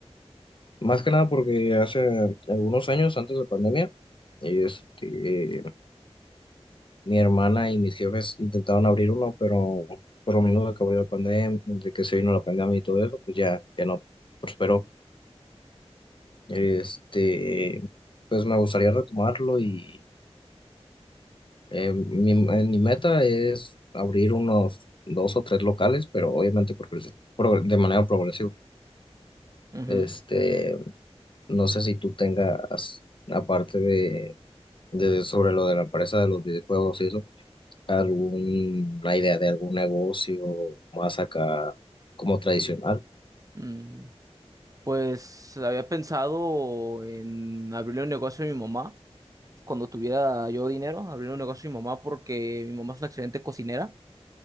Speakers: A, on the left (about 50°); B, on the right (about 30°).
A: más que nada porque hace algunos años, antes de pandemia, este, mi hermana y mis jefes intentaron abrir uno, pero por lo menos de que abrió la pandemia, de que se vino la pandemia y todo eso, pues ya, ya no prosperó. Este, pues me gustaría retomarlo y eh, mi, eh, mi meta es abrir unos dos o tres locales, pero obviamente por, pro- de manera progresiva.
B: Ujú.
A: Este, No sé si tú tengas, aparte de, de sobre lo de la empresa de los videojuegos y eso, alguna idea de algún negocio más acá como tradicional.
B: Mm, Pues había pensado en abrirle un negocio a mi mamá. Cuando tuviera yo dinero, abrirle un negocio a mi mamá porque mi mamá es una excelente cocinera.